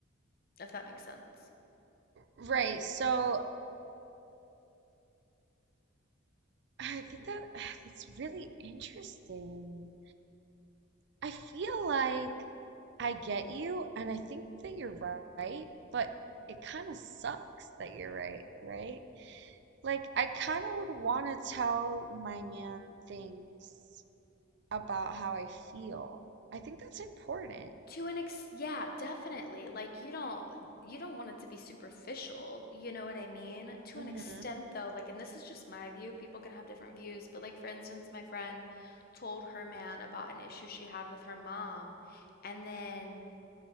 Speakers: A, on the left; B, on the right.
A: if that makes sense.
B: Right. So I think that <sighs> that's really interesting. I feel like I get you, and I think that you're right, but it kind of sucks that you're right, right? Like, I kind of would want to tell my man things about how I feel. I think that's important.
A: to an ex yeah definitely like you don't you don't want it to be superficial you know what i mean to
B: Mm-hmm.
A: an extent though like and this is just my view people can have different views but like for instance my friend told her man about an issue she had with her mom and then